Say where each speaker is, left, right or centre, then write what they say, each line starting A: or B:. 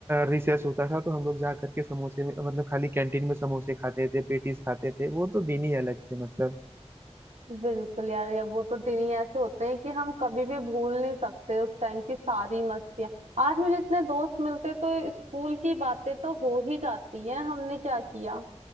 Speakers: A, on the right; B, on the right.
A: रिसेस होता था तो हम लोग जा करके समोसे में मतलब खाली कैंटीन में समोसे खाते थे पेटीज खाते थे वो तो दिन ही अलग थे मतलब
B: बिल्कुल यार या वो तो दिन ही ऐसे होते हैं कि हम कभी भी भूल नहीं सकते उस टाइम की सारी मस्तियां आज भी जितने दोस्त मिलते तो स्कूल की बातें तो हो ही जाती हैं हमने क्या किया